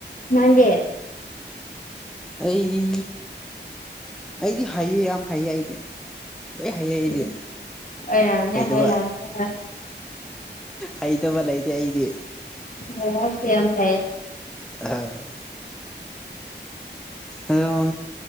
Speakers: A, on the left (about 45°); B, in the centre.
A: ꯅꯪꯦ
B: ꯑꯩꯗꯤ ꯑꯩꯗꯤ ꯍꯥꯏꯌꯦ ꯌꯥꯝ ꯍꯥꯏꯩꯌꯦ ꯑꯩꯗꯤ ꯑ ꯍꯌꯦꯦꯗꯦ
A: ꯎꯝ ꯑꯣꯏꯔꯝꯅꯤ
B: ꯍꯩꯇꯕ
A: ꯍꯩꯔꯝꯅꯤ ꯍꯣꯏ
B: ꯍꯩꯇꯕ ꯂꯩꯇꯦ ꯑꯩꯗꯤ
A: ꯑꯣ ꯄ ꯌꯥꯝ ꯐ
B: ꯑ ꯑꯗꯣ